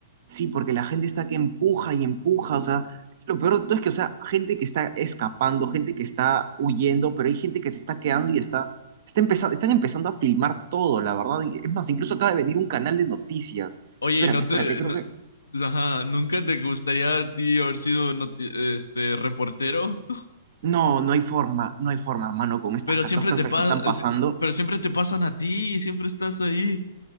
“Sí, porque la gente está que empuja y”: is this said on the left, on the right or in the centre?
Right